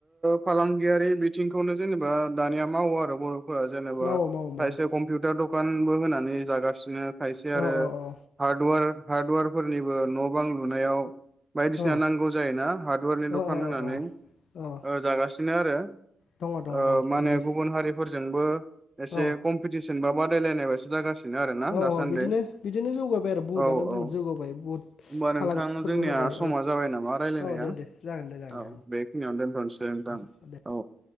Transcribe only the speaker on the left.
मावो मावो मावो
औ औ
औ
औ
औ औ
औ
दङ दङ
औ
बिदि
औ
औ
औ बिदिनो बिदिनो जौगाबाय आरो बुहुदआनो
बुहुद जौगाबाय बुहुद
फालांगिफोरबो
होबाय
औ
औ दे दे जागोन दे जागोन दे
औ दे